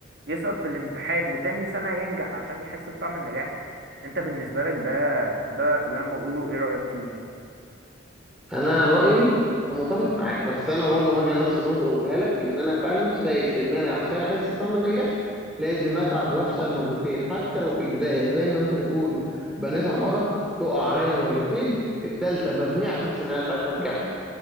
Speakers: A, on the right (about 60°); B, in the centre.
A: يسقط في الامتحان وتاني سنة ينجح عشان يحس بطعم النجاح انت بالنسبة لك ده ده اللي انا بقوله ايه رأيك فيه يعني
B: انا رايي متفق معاك بس انا برضه هرجع لنفس النقطه اللي قلتها لك ان انا فعلا شايف ان انا عشان احس بطعم النجاح لازم اتعب وافشل مرتين حتى لو في البدايه زي ما انت بتقول بنيت عماره تقع عليا مرتين التالته مبنيه احس ان انا ساعتها نجحت